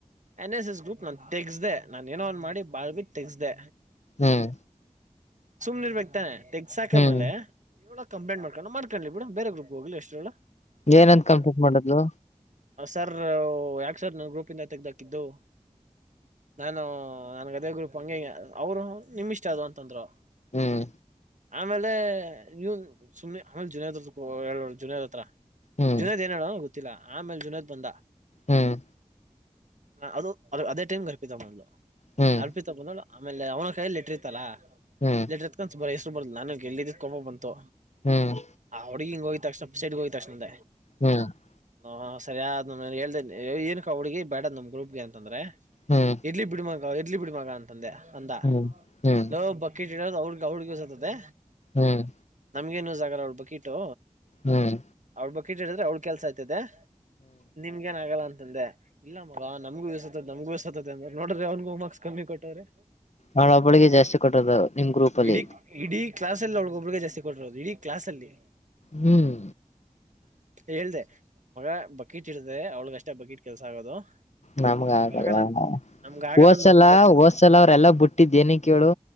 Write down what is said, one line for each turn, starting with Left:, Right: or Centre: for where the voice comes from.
Right: ಎನ್ ಎಸ್ ಎಸ್ ಗ್ರೂಪ್ ನಾನ್ ತೆಗಸ್ದೆ ನಾನ್ ಏನೋ ಒಂದ್ ಮಾಡಿ ಬಾಳ್ಬಿಟ್ಟ ತೆಗಸ್ದೆ.
Left: ಹ್ಮ್
Right: ಸುಮ್ನೆ ಇರ್ಬೇಕತಾನೆ ತೆಗ್ಸಾಕಾದ್ಮೇಲೆ.
Left: ಹ್ಮ್
Right: ಇವಳ ಹೋಗಿ ಕಂಪ್ಲೇಟ್ ಮಾಡೊಂಡು ಮಾಡ್ಕೊಳ್ಳಿ ಬಿಡು ಬೇರೆ ಗ್ರಪ್ ಹೋಗ್ ಎಷ್ಟರಳ.
Left: ಏನಂತ ಕಂಪ್ಲೀಟ್ ಮಾಡದ್ಲು
Right: ಸರ್ ಯಾಕೆ ಸರ್ ನನ್ನ ಗ್ರೂಪಿಂದ ತೆೆಗೆ್ದಾಕಿದ್ದು ನಾನು ನನ್ಗದೇ ಗ್ರೂಪ್ ಹಗೆಂಗ ಅವರು ನಿಮ ಇಷ್ಟ ಅದು ಅಂತಂದ್ರು
Left: ಹ್ಮ್
Right: ಆಮೇಲೆ ನೀವು ಸುಮ್ನೆ ಆಮೇಲೆ ಜುನಿಯರ್ ಹತ್ರ ಜುನಿಯಾದ್ ಹತ್ರ
Left: ಹ್ಮ್
Right: ಜುನೇದ್ ಏನಡ ಗೊತ್ತಿಲ್ಲ ಆಮೇಲೆ ಜುನೇದ್ ಬಂದ
Left: ಹ್ಮ್
Right: ಅದು ಅದೇ ಟೈಮ್ಗೆ ಅರ್ಪಿತ ಬ್ಲು
Left: ಹ್ಮ್
Right: ಅರ್ಪಿತ ಬಂದ ಆಮೇಲೆ ಅವನ ಕೈಯಲ್ಲಿ ಲೆಟರ್ ಇತ್ತಲ್ಲ
Left: ಹ್ಮ್
Right: ಲೆಟ್ರ ಇತ್ಕ ಬರ ಹೆಸರು ಬರ್ದಿಲ್ಲ ನನಗೆ ಎಲ್ಲಿ ಇದತ್ಕೊಬ ಬಂತು
Left: ಹ್ಮ್
Right: ಹ ಹಡುಗ ಹಿಂಗ ಹೋಗ್ ತಕ್ಷಣ ಸೈಡ್ಗೆ ಹೋಗ ತಕ್ಷಣದ
Left: ಹ್ಮ್
Right: ಹ ಸರಿಯ್ ಹೇಳ್ದ ಏ ಕ ಹುಡುಗ ಬೇಡದ ನಮ್ ಗ್ರೂಪ್ಗೆ ಅಂತಂದ್ರೆ
Left: ಹ್ಮ್
Right: ಇಡ್ಲಿ ಬಿಡ ಮಗ ಇಡ್ಲಿ ಬಿಡ ಮಗ ಅಂತಂದೆ ಅಂದ
Left: ಹ್ಮ್ ಹ್ಮ್ ಹ್ಮ್
Right: ಹಲೋ ಬಕಿ ಚ ಅವ್ರ ಅವ್ರಗಿವಸತತೆ
Left: ಹ್ಮ್
Right: ನಮ್ಗೇನು ಜಾಗರ ಅವಳ್ ಬಿಟು
Left: ಹ್ಮ್ ಹ್ಮ್
Right: ಅವಳ ಬಕ್ ಇಟ್ ಹೇಳಿದ್ರೆ ಅವ್ಳ್ ಕೆಲ್ಸ ಆಯ್ತದೆ ನಿಮ್ಗ ಏನ್ ಆಗಲ್ಲ ಅಂತಂದೆ ಇಲ್ಲ ಮಗ ನಮಗೂ ವಿಸಸತ ನಮಗೂಿಸಸತ ಅಂದ್ರ ನೋಡ್ರರಿ ಅವ್ನ್ಗೂ ಮಾರ್ಕ್ಸ್ ಕಮ್ಮಿ ಕೊಟ್ಟ್ರೆ
Left: ಅವಳೊಬ್ಬಳಿಗೆ ಜಾಸ್ತಿ ಕೊಟ್ಟದು ನಿಮ್ ಗ್ರೂಪ್ ಅಲ್ಲಿ
Right: ಇಡೀ ಇಡೀ ಕ್ಲಾಸ್ ಎಲ್ಲಿ ಒಳಗೊಬ್ರಗ ಜಾಸ್ತಿ ಕೊಟ್ಟರೋದು ಇಡೀ ಕ್ಲಾಸ್ ಅಲ್ಲಿ
Left: ಹ್ಮ್
Right: ಹೇಳ್ದ ಮಗ ಬಕೀಟ್ ಇಡತೆ ಅವ್ಳಗ ಅಷ್ಟೇ ಬಕೀಟ್ ಕೆಲ್ಸ ಆಗೋದು
Left: ನಮ್ಗೆ
Right: ನಮ್ಗ
Left: ಆಗಲ್ಲ
Right: ಅಂತ ನಮ್ಗ ಆಗಲ್ಲ
Left: ಹೋದ್ಸಲ
Right: ನನ್ ಪದೇ ಪದೇ
Left: ಹೋದ್ಸಲ ಅವ್ರೆಲ್ಲಾ ಬಿುಟ್ಟಿದ್ದ್ ಏನ ಕೇಳು